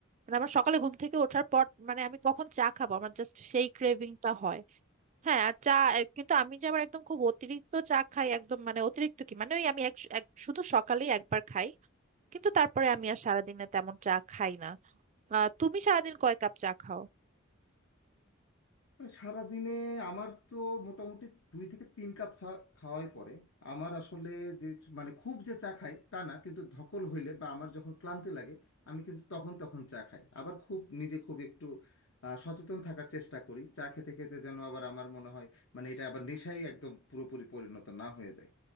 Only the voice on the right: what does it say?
মানে আমার সকালে ঘুম থেকে ওঠার পর মানে আমি কখন চা খাবো আমার জাস্ট সেই ক্রেভিংটা হয় হ্যাঁ আর চা এ- কিন্তু আমি যে আবার একদম খুব অতিরিক্ত চা খাই একদম মানে অতিরিক্ত কি মানে ওই আমি এক এক- শুধু সকালেই একবার খাই কিন্তু তারপরে আমি আর সারাদিনে তেমন চা খাই না আহ তুমি সারাদিন কয় কাপ চা খাও